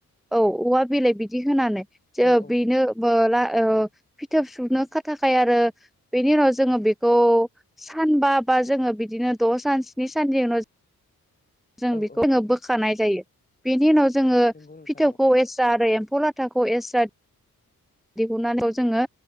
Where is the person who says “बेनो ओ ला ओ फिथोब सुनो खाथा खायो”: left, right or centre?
Centre